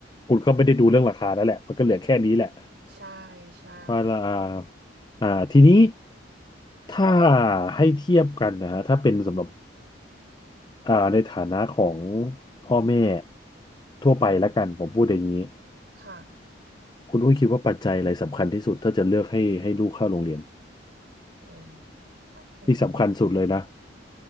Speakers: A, on the left (about 20°); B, on the right (about 60°).
A: คุณก็ไม่ได้ดูเรื่องราคาแล้วแหละมันก็เหลือแค่นี้แหละ
B: ใช่ใช่
A: ว่าละอ่าอ่าทีนี้ถ้าให้เทียบกันนะฮะถ้าเป็นสำหรับอ่าในฐานะของพ่อแม่ทั่วไปแล้วกันผมพูดอย่างนี้
B: อืมค่ะ
A: คุณอุ้ยคิดว่าปัจจัยอะไรสำคัญที่สุดถ้าจะเลือกให้ให้ลูกเข้าโรงเรียน
B: อืมถ้าคนทั่ว
A: ที่สำคัญสุดเลยนะ